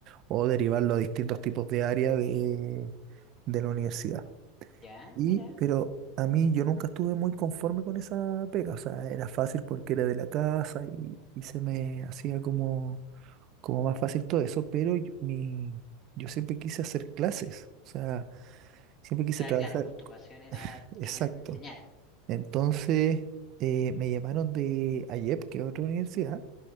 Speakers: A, on the right (about 40°); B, on the left (about 30°).
A: o derivarlo a distintos tipos de área de, de la universidad.
B: Ya,
A: Y,
B: mira.
A: pero a mí yo nunca estuve muy conforme con esa pega. O sea, era fácil porque era de la casa y, y se me hacía como, como más fácil todo eso. Pero yo- mi, yo siempre quise hacer clases. O sea, siempre quise
B: O sea,
A: trabajar.
B: claro, pues tu pasión era
A: Exacto.
B: querer enseñar.
A: Entonces eh, me llamaron de AIEP, que es otra universidad,